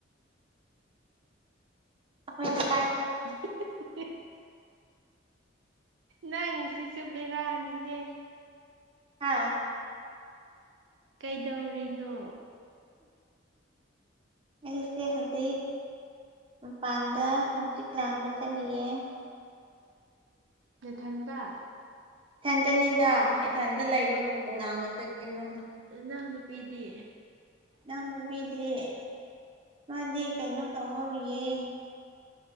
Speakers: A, on the right; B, on the right.
A: ꯑꯩꯈꯣꯏꯅ ꯇꯥꯏ
B: <unintelligible> ꯅꯪꯁꯤꯁꯨ ꯕꯦꯔꯥꯅꯤꯍꯦ
A: ꯍꯥ
B: ꯀꯩꯗꯧꯔꯤꯅꯣ
A: ꯑꯩꯁꯦ ꯍꯧꯖꯤꯛ ꯃꯄꯥꯟꯗ ꯍꯪꯆꯤꯛ ꯂꯥꯡꯕ ꯆꯠꯂꯤꯌꯦ
B: ꯅꯊꯟꯗ
A: ꯢꯊꯟꯇꯅꯤꯗ ꯏꯊꯟꯇ ꯂꯩꯕꯕꯨ ꯀꯅꯥꯒ ꯆꯠꯄꯤꯔꯨꯅꯤ
B: ꯅꯅꯥꯎ ꯅꯨꯄꯤꯗꯤ
A: ꯢꯅꯥꯎ ꯏꯨꯄꯤꯗꯤ ꯃꯥꯗꯤ ꯀꯩꯅꯣ ꯇꯧꯍꯧꯔꯤꯌꯦ